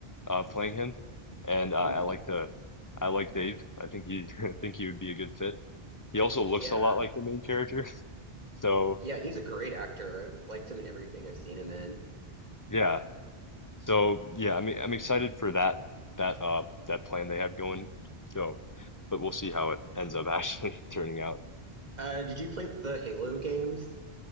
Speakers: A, on the left; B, on the right.
A: uh playing him, and uh, I
B: <laughs> Ooh,
A: like the I like Dave. I think he <laughs> I think he would be a good fit. He also
B: yeah.
A: looks a lot like the main character, <laughs> so
B: Yeah, he's a great actor. I've liked him in everything I've seen him in.
A: yeah, so yeah, I'm I'm excited for that that uh that plan they have going. So, but we'll see how it ends up actually <laughs> turning out.
B: Uh, did you play the Halo games?